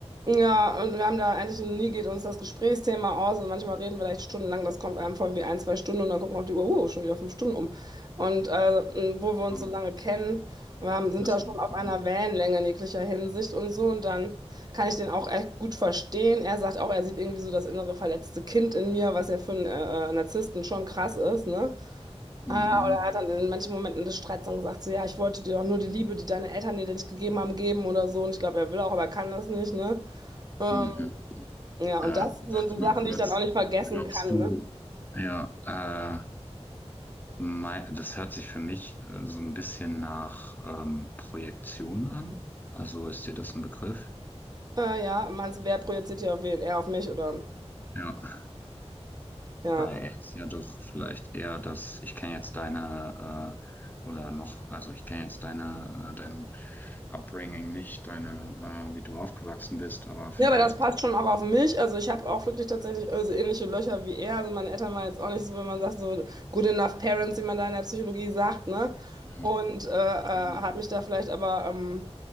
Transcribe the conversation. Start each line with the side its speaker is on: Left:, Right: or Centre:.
Right: ja, und wir haben da eigentlich nie geht uns das Gesprächsthema aus. Also manchmal reden wir vielleicht stundenlang, das kommt einem vor wie ein, zwei Stunden und dann gucken wir auf die Uhr, oh, schon wieder fünf Stunden um. Und äh, m, wo wir uns
Left: Ja.
Right: so lange kennen, wir haben, sind
Left: Also,
Right: da schon auf
Left: mhm.
Right: einer Wellenlänge in jeglicher Hinsicht und so. Und dann kann ich den auch echt gut verstehen. Er sagt auch, er sieht irgendwie so das innere verletzte Kind in mir, was ja für einen äh, äh, Narzissten schon krass ist, ne?
Left: Mhm.
Right: Ah, oder er hat dann in manchen Momenten des Streits dann gesagt, so ja, ich wollte dir doch nur die Liebe, die deine Eltern dir nicht gegeben haben, geben oder so. Und ich glaube, er will auch, aber er kann das nicht, ne? Ähm,
Left: Mhm.
Right: ja,
Left: Äh,
Right: und das
Left: warte
Right: sind so Sachen,
Left: mal kurz.
Right: die ich dann auch nicht vergessen
Left: Glaubst
Right: kann,
Left: du,
Right: ne?
Left: ja, äh, mei- das hört sich für mich äh, so ein bisschen nach ähm, Projektion an. Also ist dir das ein Begriff?
Right: Äh, ja, meinst du, wer projiziert hier auf wen? Er auf mich oder?
Left: Ja.
Right: Ja.
Left: Weil er ist ja doch vielleicht eher das, ich kenne jetzt deine, äh, oder noch, also ich kenne jetzt deine, äh, dein Upbringing nicht, deine, äh, wie du aufgewachsen bist, aber vielleicht,
Right: Ja, aber das passt schon auch auf mich. Also ich habe auch wirklich tatsächlich äh, so ähnliche Löcher wie er. Also meine Eltern waren jetzt auch nicht so, wenn man sagt, so good enough parents,
Left: äh,
Right: wie man da in der Psychologie sagt, ne?
Left: ja,
Right: Und äh, äh, habe
Left: okay,
Right: mich da vielleicht aber, ähm,